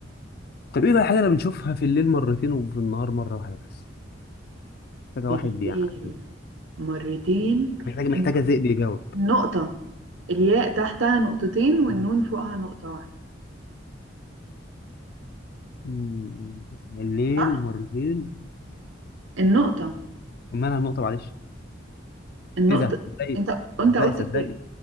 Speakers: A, on the left (about 55°); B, on the right (about 85°).
A: طب ايه بقى الحاجه اللي بنشوفها في الليل مرتين وفي النهار مره واحده بس محتاجه
B: الياء
A: واحد يعني
B: مرتين
A: محتاجه محتاجه
B: الن-
A: ذئب يجاوب
B: النقطة الياء تحتها نقطتين والنون فوقها نقطة واحدة
A: مم. الليل
B: صح
A: مرتين
B: النقطة
A: مالها النقطه معلش
B: النقطة
A: ايه ده صدقي
B: انت انت
A: صدقي
B: قلت
A: صدقي
B: في